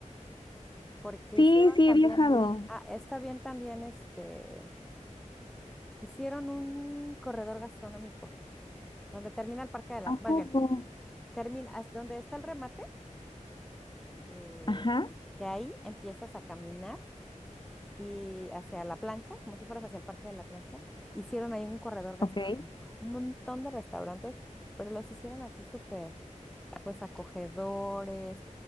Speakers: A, in the centre; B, on the left (about 35°).
A: Porque
B: Sí,
A: hicieron
B: sí,
A: Sí. también,
B: he viajado.
A: ah, está bien también, este, hicieron un corredor gastronómico donde termina el Parque de la,
B: ¿A
A: más
B: poco?
A: bien, termina, as- donde está el remate, eh,
B: Ajá,
A: de ahí empiezas a caminar y hacia la plancha, como si fueras hacia el Parque de la Plancha, hicieron ahí un corredor gastronómico,
B: ok.
A: un montón de restaurantes, pero los hicieron así súper. pues acogedores,